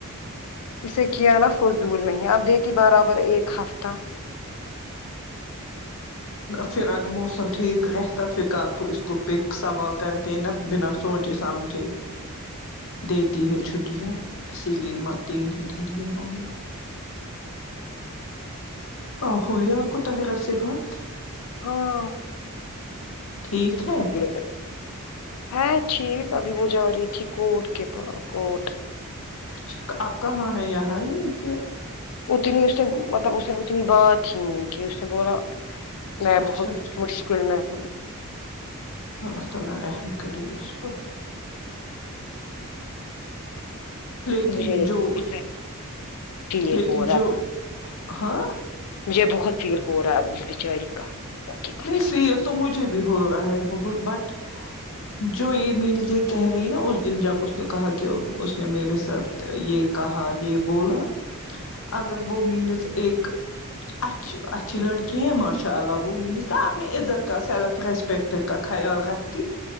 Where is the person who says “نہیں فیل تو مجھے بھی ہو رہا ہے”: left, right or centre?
Left